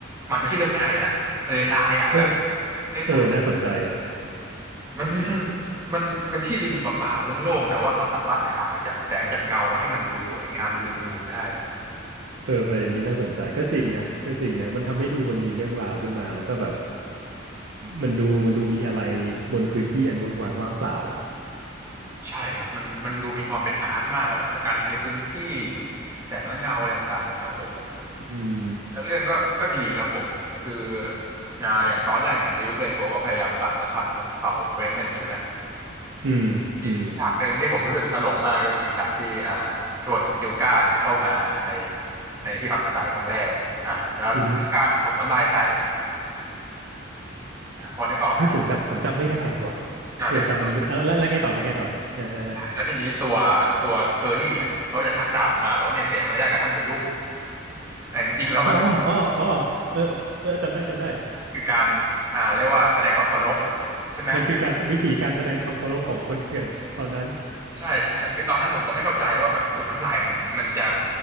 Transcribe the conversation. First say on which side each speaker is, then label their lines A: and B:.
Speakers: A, on the right; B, on the right.
A: มันไม่ใช่เรื่องง่ายเลยนะทะเลทรายอ่ะแบบ
B: เออ
A: ทะเลทราย
B: เออน่าสนใจ
A: มัน <laughs> มันเป็นที่ดินเปล่าๆโล่งๆแต่ว่าเขาสามารถถ่ายจัดแสงจัดเงามาให้มันดูสวยงามดูดึงดูดได้
B: เออประเด็นนี้น่าสนใจก็จริงนะก็จริงนะมันทำให้ดูมันมีเรื่องราวขึ้นมาแล้วก็แบบมันดูมันดูมีอะไรบนพื้นที่อันเวิ้งว้างว่างเปล่าอ่ะ
A: ใช่ครับมันมันดูมีความเป็นอาร์ตมากอะการใช้พื้นที่แสงและเงาอะไรต่างๆเนี่ยโอ้โห
B: อืม
A: แล้วเรื่องก็ก็ดีครับผมคืออ่าอย่างตอนแรกเนี่ยดิวเลโทก็พยายามสานสัมพันธ์กับเผ่าเฟรเมนใช่ไหม
B: อืมอืม
A: มีฉากหนึ่งที่ผมรู้สึกตลกมากก็คือฉากที่อ่าชวนสติลกาเนี่ยเข้ามาในในที่พักอาศัยครั้งแรกอ่าแล้วสติลกาเนี่ยถมน้ำลายใส่
B: อืม
A: อ่าพอนึกออกไหม
B: เฮ้ยผมจำผมจำไม่ได้ว่ะ
A: อ่าเดี๋ยวผม
B: เออจำอันนี้ไม่ได้อ่ะแล้วแล้วแล้วไงต่อแล้วไงต่อนะเออเออเออ
A: อ่าแล้วทีนี้ตัวตัวเกอร์นี่อ่ะเขาจะชักดาบออกมาบอกว่าเนี่ยเสียมารยาทกับท่านดยุกแต่จริงๆแล้วมันไม่
B: อ๋ออ๋ออ๋อเออเออจำได้จำได้
A: มันคือการอ่าเรียกว่าแสดงความเคารพใช่ไหม
B: มันคือการวิธีการแสดงความเคารพของคนเถื่อนตอนนั้น
A: ใช่ใช่คือตอนนั้นผมก็ไม่เข้าใจว่าแบบถุยน้ำลายมันมันจะ